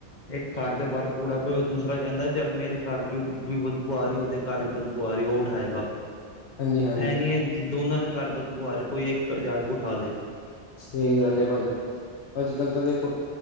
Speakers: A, on the left; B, on the left.
A: ਇੱਕ ਘਰ ਦੇ ਬਾਹਰ ਕੂੜਾ ਪਿਆ ਹੋਏ ਦੂਸਰਾ ਕਹਿੰਦਾ ਚੱਲ ਮੇਰੇ ਘਰ ਕਿਉ ਬਦਬੂ ਆ ਰਹੀ। ਉਹਦੇ ਘਰ ਚ ਬਦਬੂ ਆ ਰਹੀ ਹੈ ਉਹ ਉਠਾਏਗਾ।
B: ਹਾਂਜੀ ਹਾਂਜੀ
A: ਇਹ ਨੀ ਹੈ ਦੋਨਾਂ ਦੇ ਘਰ ਬੱਦਬੂ ਆ ਰਹੀ ਕੋਈ ਇੱਕ ਜਾ ਕੇ ਉਠਾ ਦੇ।
B: ਸਹੀ ਗੱਲ ਹੈ ਭਾਜੀ। ਭਾਜੀ ਕੱਲ ਤਾਂ ਦੇਖੋ।